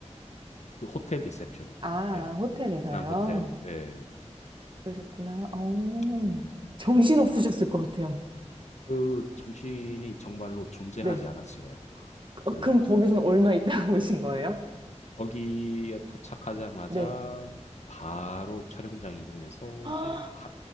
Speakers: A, on the left; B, on the right.
A: 그 호텔 리셉션입니다.
B: 아,
A: 예.
B: 호텔에서요?
A: 베트남 호텔. 예.
B: 그러셨구나. 어,
A: 음,
B: 정신 없으셨을
A: 그,
B: 것 같아요.
A: 그 정신이 정말로 존재하지
B: 네.
A: 않았어요.
B: 어,
A: 네.
B: 그럼 거기서는 얼마 있다가 <laughs> 오신 거예요?
A: 거기에 도착하자마자
B: 네.
A: 바로 촬영장 이동해서
B: 아,
A: 이제 하-